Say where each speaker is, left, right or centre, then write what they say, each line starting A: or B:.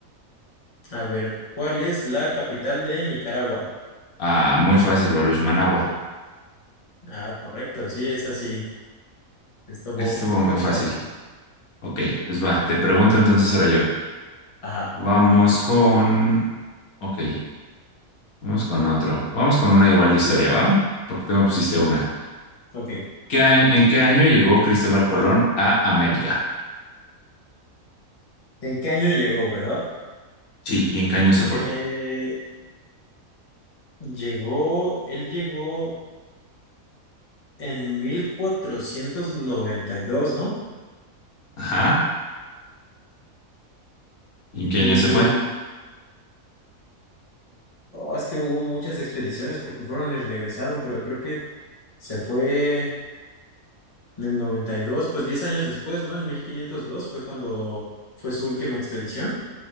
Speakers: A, on the left; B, on the left.
A: A ver, ¿cuál es la capital de Nicaragua?
B: Ah, muy fácil, Baruch Managua.
A: Ah, correcto, sí, es así. Estuvo
B: Eso estuvo
A: un
B: muy
A: poco
B: fácil.
A: fácil.
B: Ok, pues va, te pregunto entonces ahora yo.
A: Ajá,
B: Vamos con... Ok, vamos con otro. Vamos con una igual de historia, ¿va? Porque tú me pusiste una.
A: ok.
B: ¿Qué a- en qué año llegó Cristóbal Colón a América?
A: ¿En qué año llegó, verdad?
B: Sí, ¿y en qué año se fue?
A: Eh, llegó, él llegó en 1492, ¿no?
B: Ajá, ¿y en qué
A: Y,
B: año se fue?
A: y- oh, es que hubo muchas expediciones porque fueron y regresaron, pero creo que se fue en el 92. pues 10 años después, ¿no? En 1502 fue cuando fue su última expedición.